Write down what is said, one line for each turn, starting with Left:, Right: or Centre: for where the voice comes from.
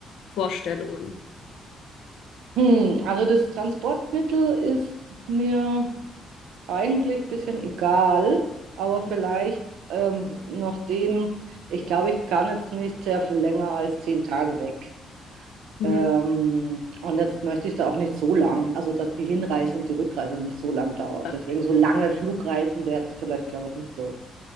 Left: Vorstellungen?
Right: Hm, also das Transportmittel ist mir eigentlich ein bisschen egal, aber vielleicht
Left: Okay.
Right: ähm, nachdem, ich glaube, ich kann jetzt nicht sehr viel länger als zehn Tage weg.
Left: Mhm.
Right: Ähm, und jetzt möchte ich da auch nicht so lang, also dass die Hinreise und die Rückreise nicht so lang dauert.
Left: Ja,
Right: Deswegen so lange Flugreisen wäre jetzt vielleicht, glaube ich, nicht so